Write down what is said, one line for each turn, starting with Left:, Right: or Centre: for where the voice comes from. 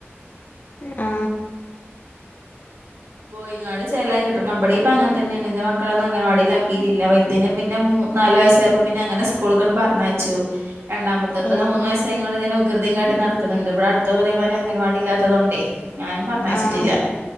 Left: മ് ആ
Right: പോയിങ്ങാട് ചെലായികിട്ടണം ഇവടിം ഇപ്പോ അങ്ങനെ തന്നെയാണ് ന്റെ മക്കളൊന്നും അങ്ങനെ വടിയിലാക്കിയിട്ടില്ല വാല്തിന പിന്ന മൂന്ന് നാല് വയസായപ്പോ പിന്നെ അങ്ങെന സ്കൂൾകൊന്നും പർനയച്ച ച്ചു രണ്ടാമത്തെപ്പതാ
Left: ഏഹ്
Right: മൂന്ന് വയസ്സായൊണ്ട് ഇതിനെ വൃകൃതിയും കാട്ടി നടക്കുന്നുണ്ട് ഇടെ അടുത്തുതെവര അങ്ങനവാടില്ലാത്തതോണ്ടേ ഞാനും പറഞ്ഞയച്ചിട്ടില്ല
Left: ആഹ്